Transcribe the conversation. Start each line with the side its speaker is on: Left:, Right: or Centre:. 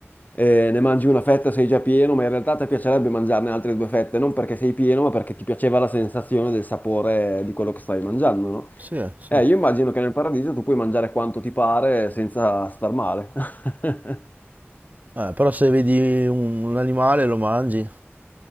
Left: eh, ne mangi una fetta, sei già pieno, ma in realtà ti piacerebbe mangiarne altre due fette, non perché sei pieno, ma perché ti piaceva la sensazione del sapore di quello che stavi mangiando, no?
Right: Sì, sì.
Left: Eh,
Right: Eh,
Left: io immagino che nel paradiso tu puoi mangiare quanto ti pare senza star male. <laughs>
Right: però se vedi un, un animale lo mangi,